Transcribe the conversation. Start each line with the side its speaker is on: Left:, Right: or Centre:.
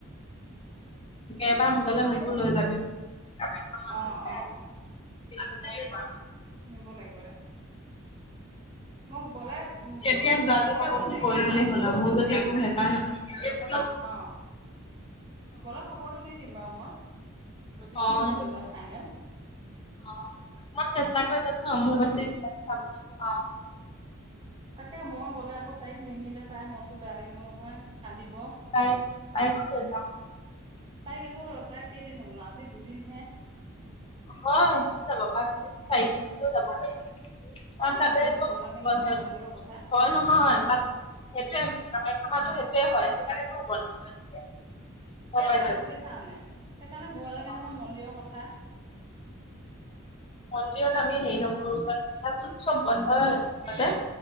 Left: এবাৰ মো গ'লে মোকো লৈ যাবি কামাখ্যা মন্দিও
Right: অ
Left: চাই
Right: অ
Left: আহিম <inaudible> <unintelligible>
Right: নিব লাগিব দে মোক গ'লে উম
Left: কেতিয়া
Right: যদি
Left: যোৱাটো
Right: খবৰটো
Left: হব মোক
Right: দি
Left: কৈ
Right: দিম
Left: দিলে হ'ল আৰু, মোৰ যদি একো ভেজাল নাথাকে <unintelligible>
Right: অ গ'লে খবৰটো দি দিম বাৰু মই। যদি
Left: অ
Right: যোৱাটো
Left: সেইটো
Right: হৈ যায় ফাইনেল।
Left: অ', অকন চেষ্টা কৰিছাচোন মোক বাচি কিবি চাব যাব পাওঁ। <inaudible>
Right: তাকে মই গ'লে আকৌ তাইক নিনিলে তাইৰ মন টো বেয়া লাগিব নহয়, কান্দিব।
Left: তাই তাইকো লৈ যাম
Right: তাইক আকৌ, তাই কেইদিন হ'ল আজি দুদিনহে।
Left: হয় যাব পাঁচদিন চাৰিদিন হ'হলেও যাব পাৰিব। কাৰণ
Right: এই
Left: তাতে
Right: হ'লেও
Left: চব
Right: ভয় লাগে নহয়
Left: বন্ধ,
Right: মন্দিৰৰ কথা
Left: হয়
Right: হা
Left: নহয় তাত সেইটোৱে কামাখ্যা মানে সেই সেইটোৱে হয়, সেইকাৰণেতো বন্ধ হৈ থাকে। গম
Right: তাকেইতো
Left: পাইছো।
Right: সেইকাৰণে, সেইকাৰণে ভয় লাগে
Left: অ',
Right: নহয় মন্দিৰৰ কথা।
Left: মন্দিৰত আমি হেৰি নকৰ গৰু নহয় চোন চব বন্ধই হয় থাকিব যে।